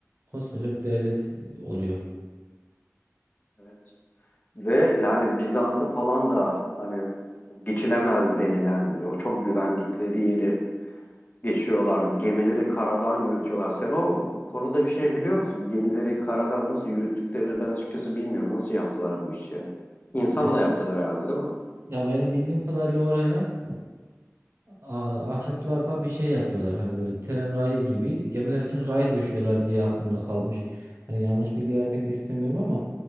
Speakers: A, on the right; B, on the left.
A: koskoca bir devlet oluyor.
B: evet. Ve yani Bizans'ı falan da hani bu geçilemez denilen o çok güvendikleri yeri geçiyorlar. Gemileri karadan yürütüyorlar. Sen o konuda bir şey biliyor musun? Gemileri karadan nasıl yürüttüklerini ben açıkçası bilmiyorum. Nasıl yaptılar bu işi ya? İnsanla
A: Yani
B: yaptılar herhalde değil mi?
A: Ya benim bildiğim kadarıyla oraya e, a- ahşaplardan bir şey yapıyorlar. Hani böyle tren rayı gibi gemiler için ray döşüyorlar diye aklımda kalmış. Yani yanlış bilgi vermek de istemiyorum ama